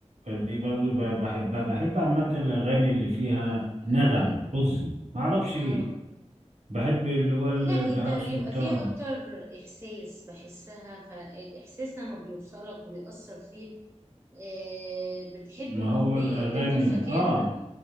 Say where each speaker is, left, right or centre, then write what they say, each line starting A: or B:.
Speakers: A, on the right; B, on the right.
A: فدي برضو ب- بحبها بحب عامة الاغاني اللي فيها نغم حزن ما اعرفش
B: اه
A: ليه بحب اللي هو ال-
B: لا انت
A: بهاء
B: بيبقى
A: سلطان
B: فيها اكتر احساس بحسها فالاحساس لما بيوصلك وبيأثر فيك آه بتحب
A: ما
B: الاغنية
A: هو الاغاني
B: وتفضل فاكرها
A: اه